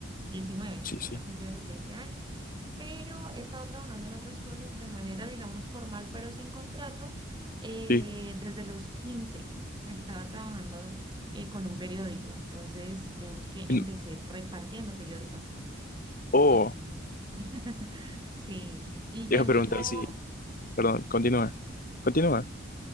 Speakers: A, on the right (about 25°); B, on the left (about 45°).
A: diecinueve
B: Sí,
A: si no
B: sí,
A: había cumplido los 20 años, pero he estado trabajando en otras cosas de manera, digamos, formal, pero sin contrato, eh,
B: sí.
A: desde los quince Estaba trabajando eh, con un periódico, entonces, digamos que empecé
B: En-
A: repartiendo periódicos
B: Oh,
A: y <laughs> sí, y ya
B: te iba a
A: luego,
B: preguntar si, perdón,
A: ¿sí?
B: continúa, continúa.